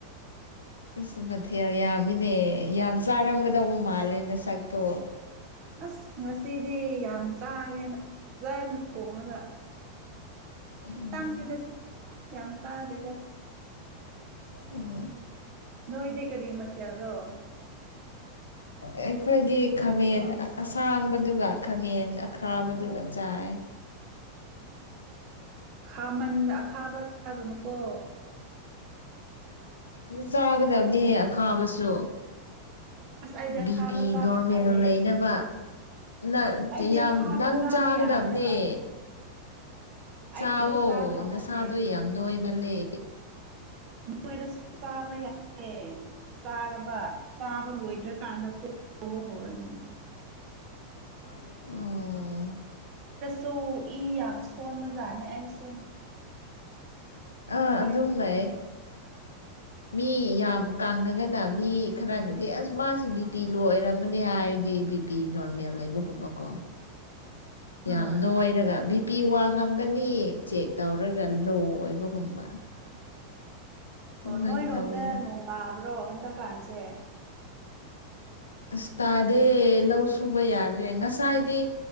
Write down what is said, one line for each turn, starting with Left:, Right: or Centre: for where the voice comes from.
Left: ꯑꯁ ꯃꯊꯦꯜ ꯌꯥꯝꯃꯤꯅꯦ ꯌꯥꯝ ꯆꯥꯔꯝꯒꯗꯧꯕ ꯃꯥꯜꯂꯦ ꯅ ꯁꯛꯇꯣ
Right: ꯑꯁ ꯉꯁꯤꯗꯤ ꯌꯥꯝ ꯆꯥꯒꯦꯅ ꯐꯖꯅ ꯊꯣꯡꯉꯒ
Left: ꯎꯝ
Right: ꯈꯤꯇꯪꯒꯤꯗ ꯌꯥꯝ ꯆꯥꯖꯒ
Left: ꯎꯝ
Right: ꯅꯣꯏꯗꯤ ꯀꯔꯤ ꯃꯊꯌꯥꯔꯣ
Left: ꯑꯩꯈꯣꯏꯗꯤ ꯈꯝꯃꯦ ꯑꯁ ꯁꯥꯡꯕꯗꯨꯒ ꯈꯥꯃꯦꯟ ꯑꯈꯥꯕꯗꯨꯒ ꯆꯥꯏ
Right: ꯈꯥꯃꯟꯗ ꯑꯈꯥꯕ ꯆꯥꯒꯅꯨꯀꯣ
Left: ꯆꯥꯒꯗꯕꯅꯤ ꯍꯦꯛ ꯈꯥꯕꯁꯨ
Right: ꯑꯁ ꯑꯩꯗꯤ ꯑꯈꯥꯕ
Left: ꯕꯤ ꯄꯤ
Right: ꯆꯥꯕ
Left: ꯅꯣꯔꯃꯦꯜ
Right: ꯌꯥꯗꯦ
Left: ꯂꯩꯅꯕ ꯅ
Right: ꯑꯩꯗꯤ
Left: ꯌꯥꯝ
Right: ꯑꯈꯥꯕ
Left: ꯅꯪ
Right: ꯆꯥꯕ
Left: ꯆꯥꯒꯗꯕꯅꯦ
Right: ꯌꯥꯗꯦꯕ
Left: ꯆꯥꯋꯣ
Right: ꯑꯩꯗꯣ ꯆꯥꯕ ꯌꯥꯗꯦ
Left: ꯅꯁꯥꯗꯣ ꯌꯥꯝ ꯅꯣꯏ ꯃꯥꯜꯂꯦ
Right: ꯃ ꯑꯣꯏꯔꯁꯨ ꯆꯥꯕ ꯌꯥꯦ ꯆꯥꯔꯕ ꯆꯥꯕ ꯂꯣꯏꯗ꯭ꯔꯀꯥꯟꯗ ꯀꯣꯛꯧꯕ ꯍꯧꯔꯅꯤ
Left: ꯑꯣ
Right: ꯇꯨ ꯏ ꯌꯥꯝ ꯁꯣꯟꯕ ꯖꯥꯠꯅꯦ ꯑꯩꯁꯦ
Left: ꯑꯥ
Right: ꯍꯣꯏ
Left: ꯑꯗꯨꯝ ꯂꯩꯑꯦ ꯃꯤ ꯌꯥꯝ ꯀꯥꯡꯉꯒꯅ ꯃꯤ ꯈꯔꯅꯗꯤ ꯑꯁ ꯃꯥꯁꯤ ꯕꯤ ꯄꯤ ꯂꯣ ꯑꯣꯏꯔꯝꯒꯅꯤ ꯍꯥꯏꯔꯗꯤ ꯕꯤ ꯄꯤ ꯅꯣꯔꯃꯦꯜ ꯂꯩꯕꯒꯨꯝꯕ ꯀꯣ
Right: ꯑꯣ
Left: ꯌꯥꯝꯅ ꯅꯣꯏꯔꯒ ꯕꯤ ꯄꯤ ꯋꯥꯡ ꯉꯝꯒꯅꯤ ꯆꯦꯛ ꯇꯧꯔꯒ ꯂꯣ ꯑꯣꯏꯕꯒꯨꯝꯕ ꯑꯗꯨꯃꯥꯏꯅ
Right: ꯑꯣ ꯅꯣꯏꯔꯣꯝꯗ
Left: ꯇꯧꯋꯦꯗ
Right: ꯅꯣꯡ ꯇꯥꯕ꯭ꯔꯣ ꯍꯟꯗꯛꯀꯥꯟꯁꯦ
Left: ꯑꯁ ꯇꯥꯗꯦ ꯂꯧ ꯁꯨꯕ ꯌꯥꯗ꯭ꯔꯦ ꯉꯁꯥꯏꯗꯤ